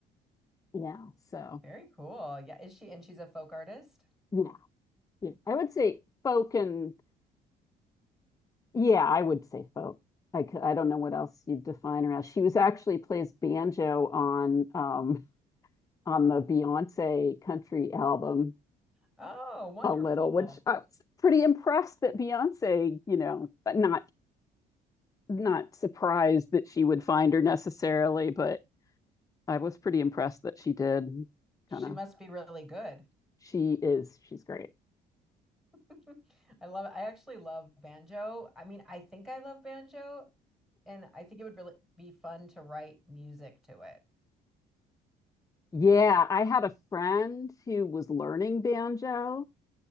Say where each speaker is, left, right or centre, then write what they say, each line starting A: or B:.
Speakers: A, on the left (about 20°); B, in the centre.
A: yeah. So,
B: <laughs> Very cool. Yeah, is she and she's a folk artist?
A: yeah, yeah. I would say folk and, yeah, I would say folk. I, c- I don't know what else you'd define her as. She was actually plays banjo on um on the Beyonce country album
B: Oh, wonderful.
A: a little, which I was pretty impressed that Beyonce, you know, but not not surprised that she would find her necessarily, but I was pretty impressed that she did.
B: She
A: Kind of,
B: must be really good.
A: she is, she's great.
B: <laughs> I love I actually love banjo. I mean, I think I love banjo and I think it would really be fun to write music to it.
A: Yeah, I had a friend who was learning banjo,